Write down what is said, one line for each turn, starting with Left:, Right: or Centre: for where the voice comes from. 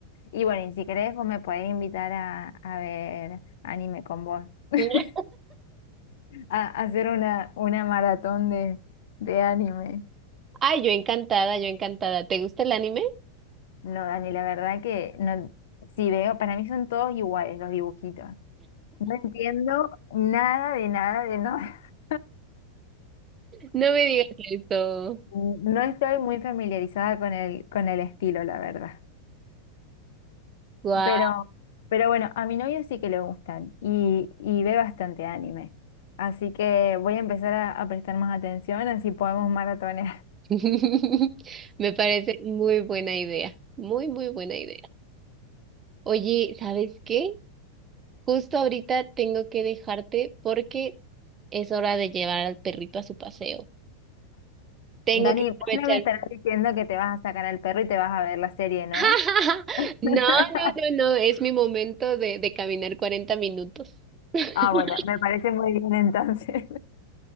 Left: Y bueno, y si querés, vos me podés invitar a, a ver anime con vos, <laughs>
Right: <laughs>
Left: a, a hacer una, una maratón de, de anime.
Right: Ay, yo encantada, yo encantada. ¿Te gusta el anime?
Left: No, Dani, la verdad que no, si veo, para mí son todos iguales los dibujitos. No entiendo nada de nada de nada. <laughs>
Right: No me digas esto.
Left: No estoy muy familiarizada con el, con el estilo, la verdad.
Right: Guau.
Left: Pero, pero bueno, a mi novio sí que le gustan y, y ve bastante anime. Así que voy a empezar a, a prestar más atención, así podemos maratonear. <laughs>
Right: <laughs> Me parece muy buena idea. Muy, muy buena idea. Oye, ¿sabes qué? Justo ahorita tengo que dejarte porque es hora de llevar al perrito a su paseo. Tengo
Left: Dani,
Right: que
Left: vos
Right: aprovechar.
Left: no me estarás diciendo que te vas a sacar al perro y te vas a ver la serie, ¿no?
Right: <laughs> No,
Left: <laughs>
Right: no, no, no. Es mi momento de, de caminar 40 minutos. <laughs>
Left: Ah, bueno, me parece muy bien entonces.